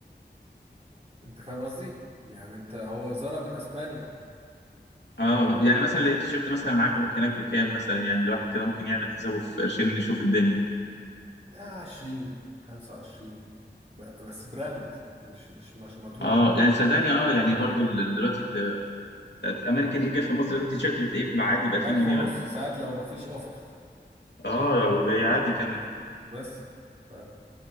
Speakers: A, on the right; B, on the left.
A: انت فاهم قصدي يعني انت هو زارا من اسبانيا
B: اه يعني مثلا لقيت تيشيرت مثلا عجبك هناك بكام مثلا يعني الواحد كده ممكن يعمل حسابه في قرشين نشوف الدنيا
A: لا 20 25 ب- بس براند مش مش مش مضروب
B: اه يعني صدقني اه يعني برضو ال- دلوقتي ال- الامريكان ايجل في مصر ده التيشيرت بتلاقيه عادي ب 2000
A: 1000
B: جنيه
A: ونص
B: ولا حاجه
A: ساعات لو ما فيش اوفر
B: اه وبيعدي كمان
A: بس ف